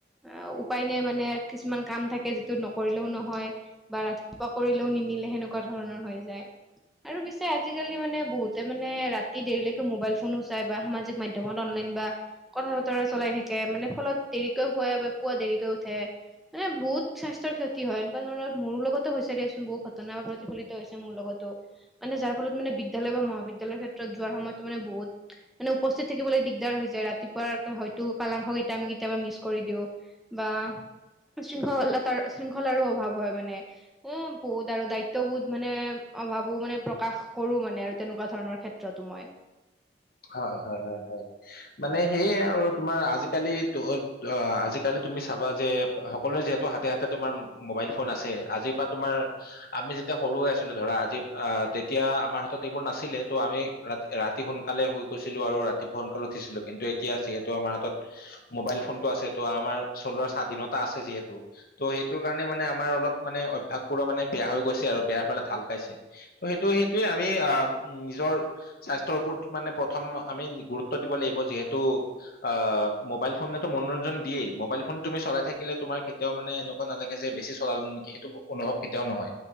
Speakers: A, in the centre; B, on the left (about 55°).
A: অ উপায় নাই মানে কিছুমান কাম থাকে যিটো নকৰিলেও নহয় বা ৰাতিপুৱা কৰিলেও নিম নিলে সেনেকুৱা ধৰণৰ হৈ যায়। আৰু পিছে আজিকালি মানে বহুতে মানে ৰাতি দেৰিলৈকে মোবাইল ফোনো চাই বা সামজিক মাধ্যমত অনলাইন বা কথা বতৰা চলাই থাকে মানে ফলত দেৰিকৈ হুৱাই বা পুৱা দেৰিকৈ উঠে। মানে বহুত স্বাস্থ্যৰ ক্ষতি হয় এনেকুৱা ধৰণৰ মোৰ লগতো হৈছে দিয়াচোন বহুত ঘটনা বা প্ৰতিফলিত হৈছে মোৰ লগতো মানে যাৰ ফলত মানে বিদ্যালয় বা মহাবিদ্যালয়ৰ ক্ষেত্ৰত যোৱাৰ সময়তো মানে বহুত মানে উপস্থিত থাকিবলৈ দিগদাৰ হৈ যায় ৰাতিপুৱা হয়তো কালাংশ কেইটা আমি কেতিয়াবা মিচ কৰি দিওঁ বা শৃংখলতাৰ শৃংখলাৰো অভাৱ হয় মানে হ বহুত আৰু দায়িত্ববোধ মানে অভাবো মানে প্ৰকাশ কৰো মানে আৰু তেনেকুৱা ধৰণৰ ক্ষেত্ৰতো মই
B: হয় হয় হয় হয় মানে সেয়ে আৰু তোমাৰ আজিকালি ত ত আজিকালি তুমি চাবা যে সকলোৱে যিহেতু হাতে হাতে তোমাৰ মোবাইল ফোন আছে আজিৰ পৰা তোমাৰ আমি ইতে সৰু হৈ আছিলো ধৰা আজি অ তেতিয়া আমাৰ হাতত এইবোৰ নাছিলে ত আমি ৰাতিপুৱা সোন কালে শুই কৈছিলো আৰু ৰাতিপুৱা সোনকাল উঠিছিলো। কিন্তু এতিয়া যিহেতু আমাৰ হাতত মোবাইল ফোনটো আছে ত আম মাৰ চলোৱা স্বাধীনতা আছে যিহেতু ত সেইটো কাৰণে মানে আমাৰ অলপ মান অভ্যাসবোৰ মানে বেয়া হৈ গৈছে আৰু বেয়া ফালে ঢাল খাইছে ত সেইটো সেইটোয়ে আমি অ নিজৰ স্বাস্থ্যৰ ওপৰত মানে প্ৰথম আমি গুৰুত্ব দিব লাগিব যিহেতু আ মোবাইল ফোনেতো মনোৰঞ্জন দিয়ে ই মবাইল ফোন তুমি চাই থাকিলে তোমাৰ কেতিয়াও মানে এনেকুৱা নালাগে যে বেছি চলালো নেকি সেইটো অনুভৱ কেতিয়াও নহয়।